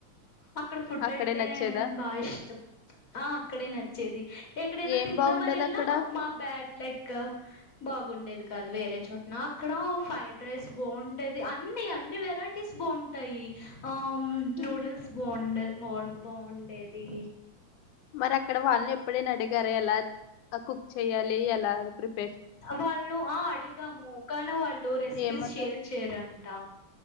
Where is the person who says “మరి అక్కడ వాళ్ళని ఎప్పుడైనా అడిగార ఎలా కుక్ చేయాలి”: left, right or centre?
Left